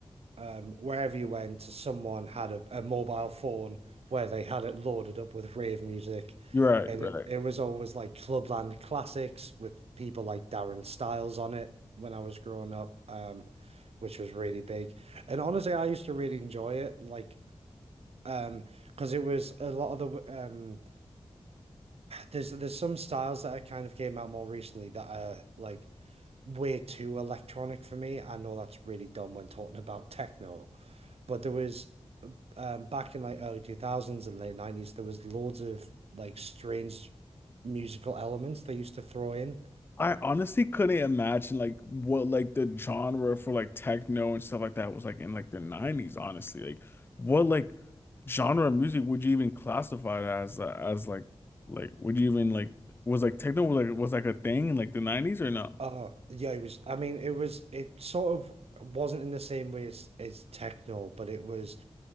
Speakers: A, on the right; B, on the left.
A: Um, wherever you went, someone had a, a mobile phone where they had it loaded up with rave music.
B: You're right,
A: And
B: right.
A: it, it was always like Clubland classics with people like Darren Styles on it when I was growing up, um, which was really big. And honestly, I used to really enjoy it, like um, because it was a lot of the um, there's there's some styles that I kind of came out more recently that are like way too electronic for me. I know that's really dumb when talking about techno, but there was um, back in like early 2000s and late 90s, there was loads of like strange musical elements they used to throw in.
B: I honestly couldn't imagine like what like the genre for like techno and stuff like that was like in like the 90s, honestly. Like what like genre of music would you even classify it as uh, as like like would you even like was like techno like was like a thing in like the 90s or no?
A: Oh, yeah, it was. I mean, it was. It sort of wasn't in the same way as as techno, but it was.